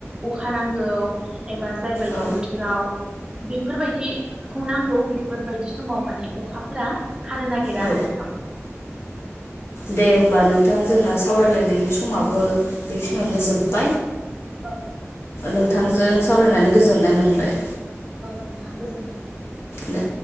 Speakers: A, on the right; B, on the left.
A: अखा नांगौ एबा जाय बायदि
B: औ
A: बोथोराव बेफोरबायदिखौ नांगौ बेफोरबायदि समाव माने अखाफोरा हानो नागिरा
B: औ
A: आरो नोंथां।
B: दे होमबा नोंथां जोंना सावरायलायनायनि समाबो बेखिनियावनो जोब
A: औ
B: नोंथां
A: बेबायदि
B: सावरायनानै गोजोननाय मोनबाय
A: औ नोंथां गोजोन्थों
B: दे